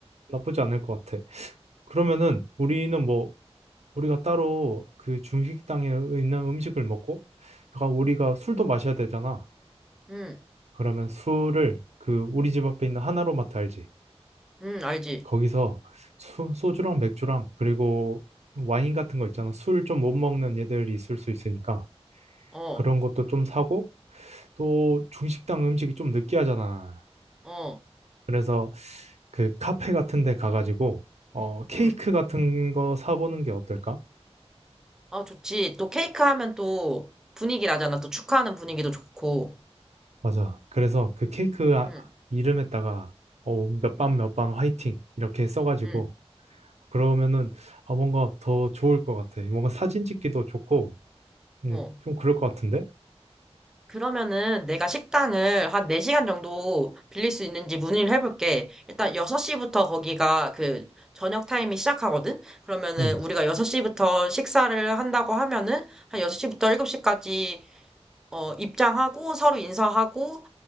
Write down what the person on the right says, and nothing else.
나쁘지 않을 것 같아. 그러면은 우리는 뭐, 우리가 따로 그 중식당에 있는 음식을 먹고, 약간 우리가 술도 마셔야 되잖아.
그러면 술을 그 우리 집 앞에 있는 하나로마트 알지?
거기서 소, 소주랑 맥주랑, 그리고 와인 같은 거 있잖아. 술 좀 못 먹는 애들이 있을 수 있으니까.
그런 것도 좀 사고, 또 중식당 음식이 좀 느끼하잖아.
그래서 그 카페 같은 데 가가지고 어 케이크
같은 거 사보는 게 어떨까?
맞아. 그래서 그 케이크 아-
이름에다가 어몇 반 몇 반 화이팅 이렇게 써가지고
그러면은 아 뭔가 더 좋을 것 같아. 뭔가 사진 찍기도 좋고 음,
좀 그럴 것 같은데?
음,